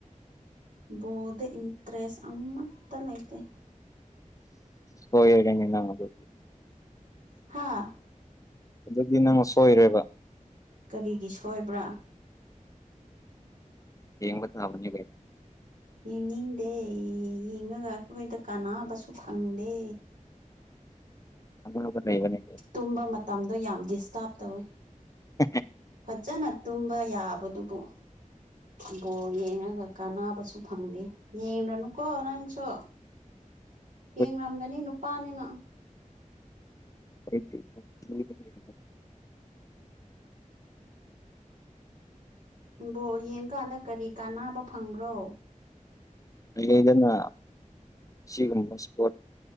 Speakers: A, on the right (about 75°); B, on the left (about 25°).
A: ꯕꯣꯜꯗ ꯏꯟꯇ꯭ꯔꯦꯁ ꯑꯃꯠꯇ ꯂꯩꯇꯦ
B: ꯁꯣꯏꯔꯦꯅꯦ ꯅꯪ ꯑꯗꯨꯗꯤ
A: ꯍꯥꯥ
B: ꯑꯗꯨꯗꯤ ꯅꯪ ꯁꯣꯏꯔꯦꯕ
A: ꯀꯔꯤꯒꯤ ꯁꯣꯏꯕ꯭ꯔꯥ
B: ꯌꯦꯡꯕ ꯇꯥꯕꯅꯤ ꯀꯩ
A: ꯌꯦꯡꯅꯤꯡꯗꯦ ꯌꯦꯡꯉꯒ ꯑꯩꯈꯣꯏꯗ ꯀꯥꯟꯅꯕꯁꯨ ꯐꯪꯗꯦ
B: ꯀꯥꯟꯅꯕ ꯂꯩꯕꯅꯦ ꯍꯦ
A: ꯇꯨꯝꯕ ꯃꯇꯝꯗꯣ ꯌꯥꯝ ꯗꯤꯁꯇꯥꯔꯕ ꯇꯧꯋꯦ
B: <unintelligible>
A: ꯐꯖꯅ ꯇꯨꯝꯕ ꯌꯥꯕꯗꯨꯕꯨ ꯕꯣꯜ ꯌꯦꯡꯉꯒ ꯀꯥꯟꯅꯕꯁꯨ ꯐꯪꯗꯦ ꯌꯦꯡꯂꯅꯨꯀꯣ ꯅꯪꯁꯨ
B: <unintelligible>
A: ꯌꯦꯡꯔꯝꯒꯅꯤ ꯅꯨꯄꯥꯅꯤꯅ
B: <unintelligible>
A: ꯎꯝ ꯕꯣꯜ ꯌꯦꯡꯀꯥꯟꯗ ꯀꯔꯤ ꯀꯥꯅꯕ ꯐꯪꯕ꯭ꯔꯣ
B: ꯂꯩꯗꯅ ꯁꯤꯒꯨꯝꯕ ꯏꯁꯄꯣꯔꯠ